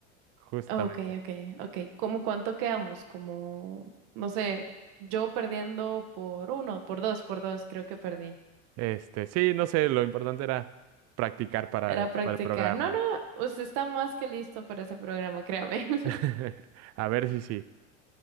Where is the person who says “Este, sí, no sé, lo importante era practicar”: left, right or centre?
Right